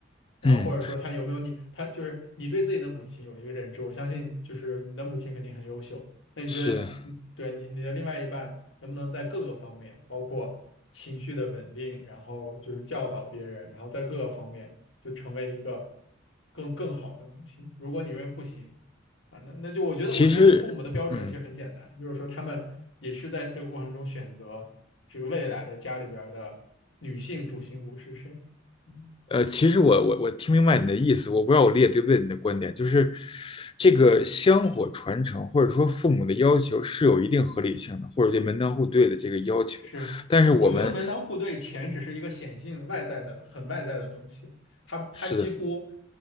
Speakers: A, on the left (about 70°); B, on the left (about 25°).
A: 然后或者说他有没有你，
B: 嗯，
A: 他就是你对自己的母亲有一个认知，我相信就是你的母亲肯定很优秀。那你觉得你，
B: 是的，
A: 对你你的另外一半能不能在各个方面，包括情绪的稳定，然后就是教导别人，然后在各个方面就成为一个更更好的母亲？如果你认为不行啊，那那就我觉得，
B: 其实嗯。
A: 我觉得父母的标准其实很简单，就是说他们也是在这个过程中选择这个未来的家里边儿的女性主心骨是谁。嗯
B: 呃，其实我我我听明白你的意思，我不知道我理解对不对你的观点，就是这个香火传承或者说父母的要求是有一定合理性的，或者对门当户对的这个要求，
A: 是，
B: 但是我们
A: 我觉得门当户对，钱只是一个显性外在的、很外在的东西，它它几乎
B: 是的，